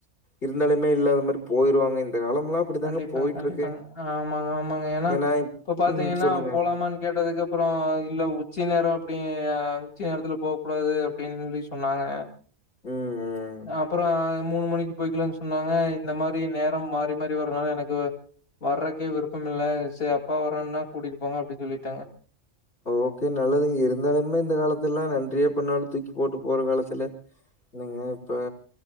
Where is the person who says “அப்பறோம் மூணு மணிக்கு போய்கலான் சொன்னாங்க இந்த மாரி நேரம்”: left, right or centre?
Left